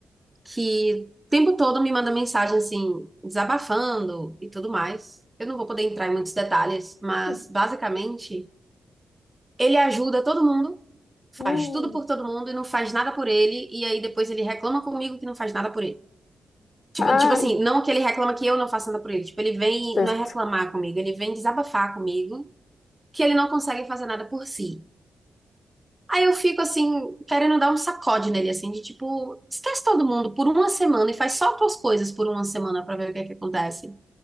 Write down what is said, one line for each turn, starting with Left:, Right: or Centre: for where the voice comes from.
Right: que o tempo todo me manda mensagem assim, desabafando e tudo mais. Eu não vou poder entrar em muitos detalhes, mas
Left: Hum,
Right: basicamente ele ajuda todo mundo, faz
Left: hum.
Right: tudo por todo mundo e não faz nada por ele, e aí depois ele reclama comigo que não faz nada por ele. Tipo,
Left: Ai,
Right: tipo assim, não que ele reclama que eu não faço nada por ele. Tipo, ele vem,
Left: certo.
Right: não é reclamar comigo, ele vem desabafar comigo que ele não consegue fazer nada por si. Aí eu fico assim, querendo dar um sacode nele, assim, de tipo, esquece todo mundo por uma semana e faz só tuas coisas por uma semana pra ver o que é que acontece.